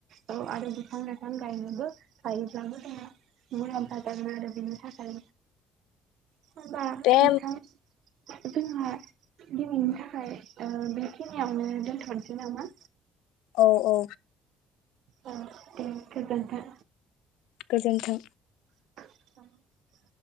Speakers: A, on the right; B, on the left.
A: औ आरो बिफां लाइफां गायनोबो गायोब्लाबो <unintelligible> <unintelligible> आरो बिनि थाखाय होबा नोंथां
B: दे
A: जोंहा दिनैनि थाखाय ओ बेखिनियावनो दोनथ'नोसै नामा?
B: औ औ
A: अ दे गोजोनथों
B: गोजोन्थों
A: <inaudible>